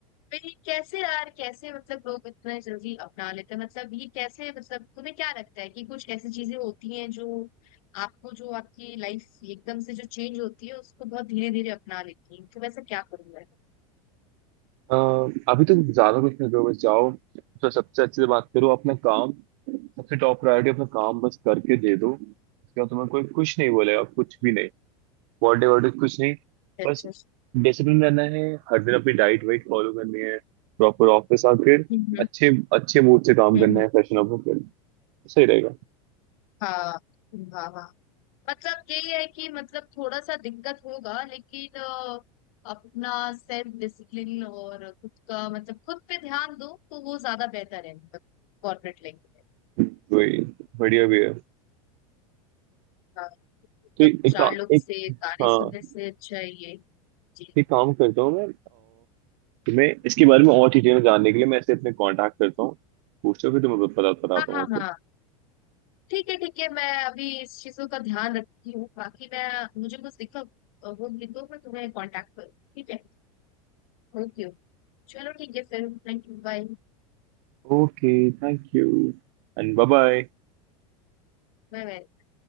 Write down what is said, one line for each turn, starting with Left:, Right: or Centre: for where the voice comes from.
Left: भाई कैसे यार कैसे मतलब लोग इतना जल्दी अपना लेते हैं मतलब ये कैसे मतलब तुम्हें क्या लगता है कि कुछ ऐसी चीजें होती हैं जो आपको जो आपकी लाइफ एकदम से जो चेंज होती है उसको बहुत धीरे धीरे अपना लेती है तो वैसे क्या करूंगा अच्छा
Right: अ, अभी तो ज्यादा कुछ नहीं करो बस जाओ तो सबसे अच्छे से बात करो अपना काम सबसे टॉप प्रायोरिटी अपना काम बस करके दे दो उसके बाद तुम्हें कोई कुछ नहीं बोलेगा कुछ भी नहीं बर्थडे वर्डे कुछ नहीं
Left: अच्छा
Right: बस डिसिप्लिन रहना है हर दिन अपनी डाइट वाइट फॉलो करनी है प्रॉपर ऑफिस आकर
Left: हम्म हम्म
Right: अच्छे अच्छे मूड से काम
Left: हम्म,
Right: करना है फैशन अप होकर सही रहेगा
Left: हाँ हाँ हाँ मतलब ये है कि मतलब थोड़ा सा दिक्कत होगा लेकिन अ, अपना सेल्फ डिसिप्लिन और खुद का मतलब खुद पे ध्यान दो तो वो ज्यादा बेहतर है मतलब कॉर्पोरेट लाइफ में
Right: वही बढ़िया भी है
Left: हाँ, मतलब
Right: तो एक एक,
Left: चार
Right: काम-
Left: लोग
Right: एक
Left: से गाने
Right: हाँ
Left: सुनने से अच्छा है ये जी
Right: एक काम करता हूँ मैं तुम्हें इसके बारे में और डिटेल जानने के लिए मैं इसे अपने कांटेक्ट करता हूँ पूछता हूँ फिर तुम्हें बता बताता
Left: हाँ
Right: हूँ
Left: हाँ
Right: Okay
Left: हाँ ठीक है ठीक है मैं अभी इस चीजों का ध्यान रखती हूँ बाकी मैं मुझे कुछ दिक्कत अ, होगी तो मैं तुम्हें कांटेक्ट करूँ ठीक है ओके चलो ठीक है फिर thank you Bye
Right: Okay Thank you and bye bye
Left: bye bye